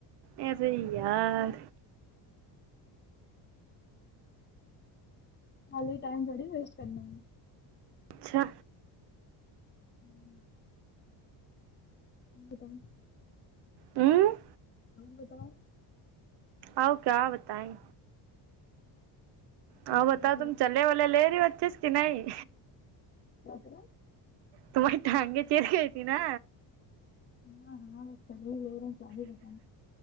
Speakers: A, on the right; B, on the left.
A: ایسے ہی یار
B: خالی ٹائم تھوڑی ویسٹ کرنا ہے
A: اچھا
B: ہمم اور بتاؤ
A: ہمم
B: اور بتاؤ
A: آؤ کیا بتائیں ہ بتاؤ
B: کیا چل
A: تم چلے والے لے رہی ہو اچھے کی نہیں
B: کپڑا
A: تمہاری ٹانگے چالی گئی تھی نا
B: ہاں ہاں بس صحیح لے رہے ہیں کیااہی بتاؤ